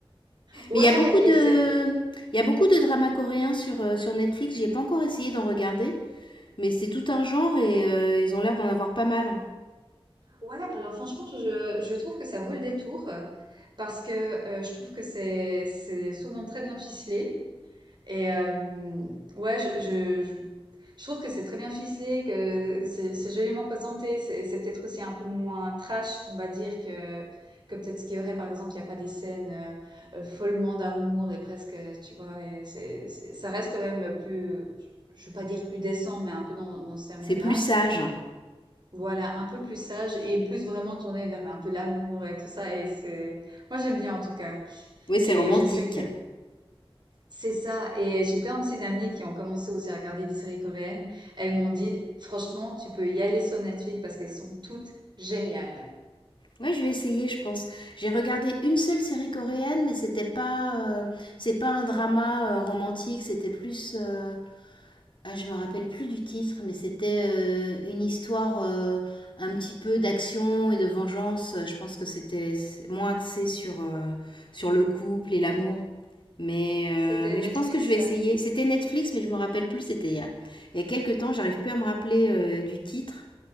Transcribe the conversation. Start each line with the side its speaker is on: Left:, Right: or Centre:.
Right: Ouais,
Left: Mais il y a beaucoup de
Right: et c'est...
Left: il y a beaucoup de dramas coréens sur euh, sur Netflix. J'ai pas encore essayé d'en regarder, mais c'est tout un genre et euh, ils ont l'air d'en avoir pas mal.
Right: Ouais, alors franchement, je, je trouve que ça vaut le détour euh, parce que euh, je trouve que c'est, c'est souvent très bien ficelé. Et euh, ouais, je, je, je- Je trouve que c'est très bien ficelé, que c'est c'est joliment présenté. C'est c'est peut-être aussi un peu moins trash, on va dire, que, que peut-être ce qu'il y aurait, par exemple, il n'y a pas des scènes euh, euh, follement d'amour et presque, tu vois, et c'est, c'est- ça reste quand même plus, je ne veux pas dire plus décent, mais un peu dans, dans ce terme-là.
Left: C'est plus sage.
Right: Voilà, un peu plus sage et plus vraiment tourné vers un peu l'amour et tout ça. Et c'est, moi j'aime bien en tout cas.
Left: Oui, c'est
Right: Et
Left: romantique.
Right: je sais que c'est ça. Et j'ai plein aussi d'amis qui ont commencé aussi à regarder des séries coréennes. Elles m'ont dit, franchement, tu peux y aller sur Netflix parce qu'elles sont toutes géniales.
Left: Ouais, je vais essayer, je pense. J'ai regardé une seule série coréenne, mais c'était pas, euh, c'est pas un drama euh, romantique, c'était plus, euh, ah, je me rappelle plus du titre, mais c'était euh, une histoire euh, un petit peu d'action et de vengeance. Je pense que c'était moins axé sur euh, sur le couple et l'amour. Mais
Right: C'était
Left: euh, mais
Right: Netflix?
Left: je pense que je vais essayer. C'était Netflix, mais je me rappelle plus. C'était il y a, il y a quelques temps. J'arrive plus à me rappeler euh, du titre.